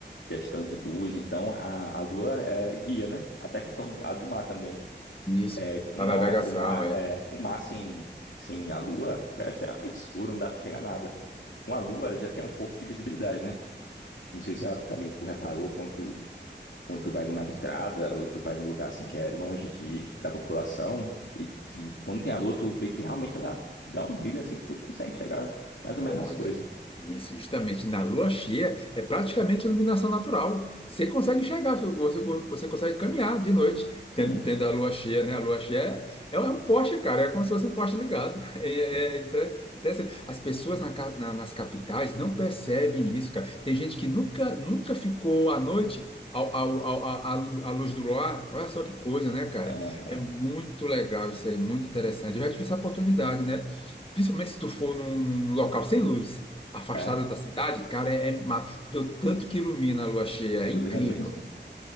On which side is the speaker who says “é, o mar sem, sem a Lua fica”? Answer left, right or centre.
Left